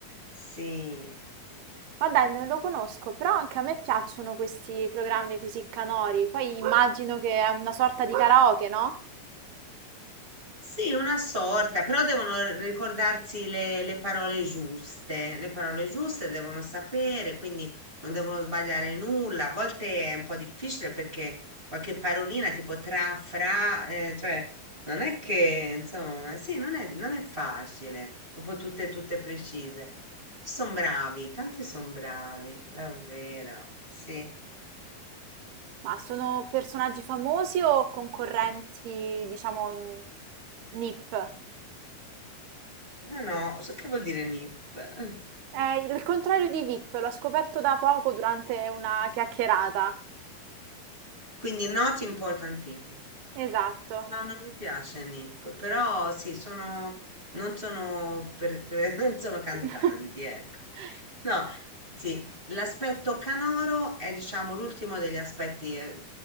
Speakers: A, on the right; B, on the right.
A: Sì.
B: Ma dai, non lo conosco, però anche a me piacciono questi programmi così canori. Poi immagino che è una sorta di karaoke, no?
A: Sì, una sorta, però devono ricordarsi le, le parole giuste, le parole giuste devono sapere, quindi non devono sbagliare nulla. A volte è un po' difficile perché qualche parolina tipo tra, fra, eh, cioè non è che, insomma, sì, non è, non è facile, proprio tutte, tutte precise. Sono bravi, tanti sono bravi, davvero, sì.
B: Ma sono personaggi famosi o concorrenti, diciamo, mh, NIP?
A: No, no, so che vuol dire NIP? <laughs>
B: È il contrario di VIP, l'ho scoperto da poco durante una chiacchierata.
A: Quindi not important people.
B: Esatto.
A: No, non mi piace Nip, però sì, sono, non sono, per- per- <laughs> non sono cantanti,
B: <laughs>
A: ecco. No, anzi, l'aspetto canoro è, diciamo, l'ultimo degli aspetti eh,